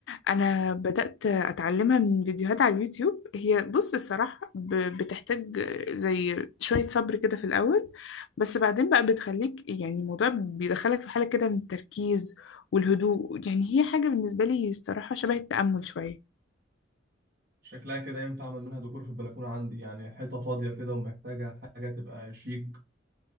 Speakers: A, on the left; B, on the right.
A: انا بدأت اتعلمها من فيديوهات على اليوتيوب هي بص الصراحة ب- بتحتاج زي شوية صبر كده في الاول بس بعدين بقى بتخليك يعني الموضوع بيدخلك في حالة كده من التركيز والهدوء يعني هي حاجة بالنسبة لي الصراحة شبه التأمل شوية
B: شكلها كده ينفع اعمل منها ديكور في البلكونه عندي يعني حيطه فاضيه كده ومحتاجه حاجه تبقى شيك